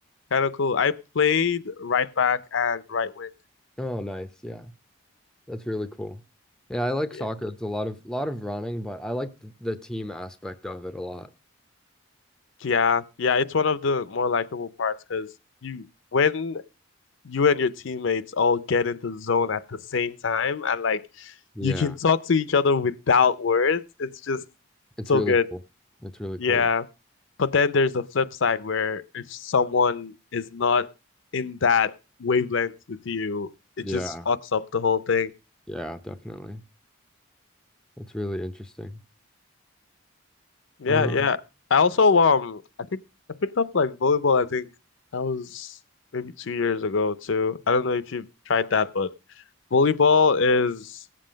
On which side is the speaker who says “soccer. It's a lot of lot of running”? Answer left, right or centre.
Centre